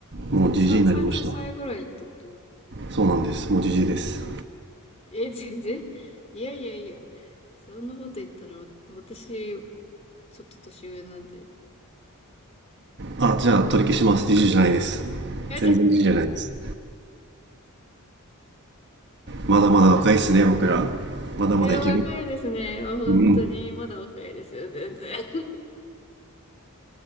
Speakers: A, on the right (about 50°); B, on the left (about 30°).
A: もうじじいになりました
B: さ、30歳ぐらいってことですか
A: そうなんですもうじじいです
B: え、全然。いやいやいや。そんなこと言ったら、わ私、ちょっと年上なんで。
A: あじゃあ取り消します20じゅうじゃないです
B: え、
A: 全然20じゅうじゃないです
B: ちょ
A: まだまだ若いっすね僕らまだまだいける
B: え、若いですね。まあ本当に、
A: うん
B: まだ若いですよ、全然。<laughs>